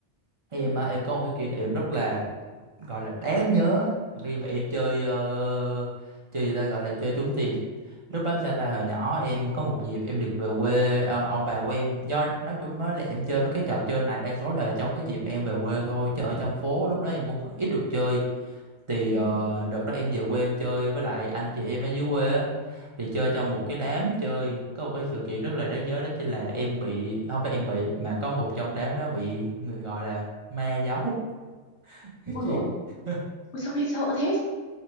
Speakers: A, on the right; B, on the left.
A: em á, em có một cái kỷ niệm rất là gọi là đáng nhớ khi mà em chơi ờ, chơi gì ta gọi là chơi trúng tiền lúc đó sao ta hồi nhỏ em có một dịp em được về quê ờ, ông bà của em do nói chung nói là em chơi mấy cái trò chơi này đa số là trong cái dịp mà em về quê thôi chứ ở trong phố lúc đó em cũng ít được chơi thì
B: ừ.
A: ờ, đợt đó em về quê em chơi với lại anh chị em ở dưới quê á thì chơi trong một cái đám chơi có một cái sự kiện rất là đáng nhớ đó chính là em bị không phải em bị mà có một trong đám đó bị người gọi là ma giấu <laughs>
B: ôi
A: Chị-
B: dồi ôi
A: <laughs>
B: ôi, sao nghe sợ thế